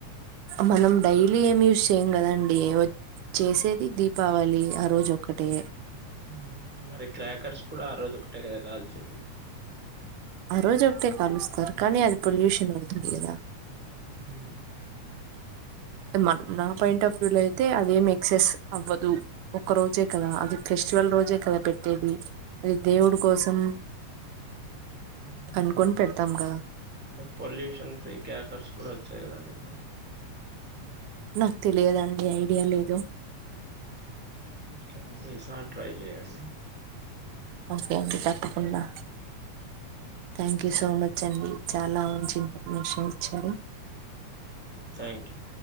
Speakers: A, on the right; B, in the centre.
A: మనం డైలీ ఏం యూజ్ చేయ్యం కదండి వచ్ చేసేది దీపావళియే ఆ రోజ్ ఒక్కటే
B: మ్ మరి క్రాకర్స్ కూడా ఆ రోజు ఒకటే కదా కాల్చేది
A: ఆ రోజ్ ఒకటే కాలుస్తారు కానీ అది పొల్యూషన్ అవుతుంది కదా
B: హ్మ్
A: తేమను నా పాయింట్ ఆఫ్ వ్యూ లో అయితే అదేం ఎక్సెస్ అవ్వదు ఒక రోజే కదా అది ఫెస్టివల్ రోజే కదా పెట్టేది అది దేవుడు కోసం
B: మ్
A: అనుకొని పెడతాం కదా
B: అంటే పొల్యూషన్ ఫ్రీ క్రాకర్స్ కుడ చ్చైకందండి ఇప్పుడు
A: నాక్ తెలియదండి ఐడియా లేదు
B: ఓకే అండి ఇసారి ట్రై చెయండి
A: ఓకే అండి తప్పకుండా థ్యాంక్
B: సరే
A: యూ సో మచ్ అండి చాలా మంచి ఇన్ఫర్మేషన్ ఇచ్చారు
B: థ్యాంక్ యూ